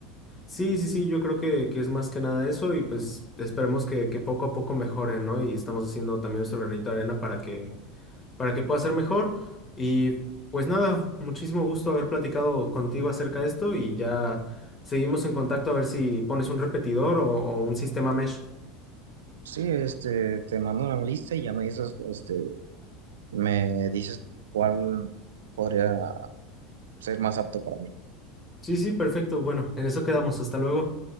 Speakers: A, on the left; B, on the right.
A: Sí, sí, sí, yo creo que, que es más que nada eso y pues esperemos que, que poco a poco mejore, ¿no? Y estamos haciendo también nuestro granito de arena para que para que pueda ser mejor. Y pues nada, muchísimo gusto haber platicado contigo acerca de esto y ya seguimos en contacto a ver si pones un repetidor o, o un sistema mesh.
B: Sí, este, te mando una lista y ya me dices, este, me dices cuál podría ser más apto para mí.
A: Sí, sí, perfecto. Bueno, en eso quedamos. Hasta luego.